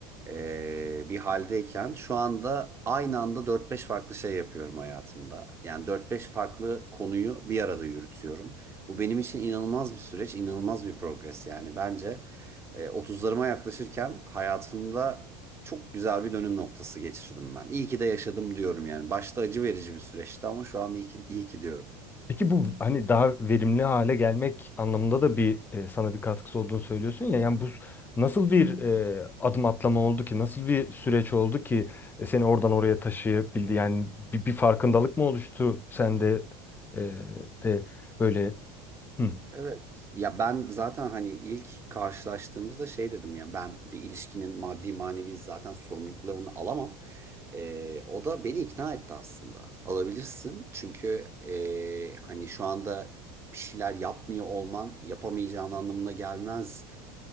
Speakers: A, on the right; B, on the left.
A: eee, bir haldeyken şu anda aynı anda dört beş farklı şey yapıyorum hayatımda. Yani dört beş farklı konuyu bir arada yürütüyorum. Bu benim için inanılmaz bir süreç, inanılmaz bir progres yani. Bence e, 30'larıma yaklaşırken hayatımda çok güzel bir dönüm noktası geçirdim ben. İyi ki de yaşadım diyorum yani. Başta acı verici bir süreçti ama şu an iyi ki, iyi ki diyorum.
B: Peki bu hani daha verimli hale gelmek anlamında da bir e, sana bir katkısı olduğunu söylüyorsun ya. Yani bu nasıl bir e, adım atlama oldu ki? Nasıl bir süreç oldu ki e, seni oradan oraya taşıyabildi? Yani bir, bir farkındalık mı oluştu sende e, de böyle? Hı.
A: Evet. Ya ben zaten hani ilk karşılaştığımızda şey dedim ya ben bir ilişkinin maddi manevi zaten sorumluluklarını alamam. Ee, o da beni ikna etti aslında. Alabilirsin çünkü ee, hani şu anda bir şeyler yapmıyor olman yapamayacağın anlamına gelmez.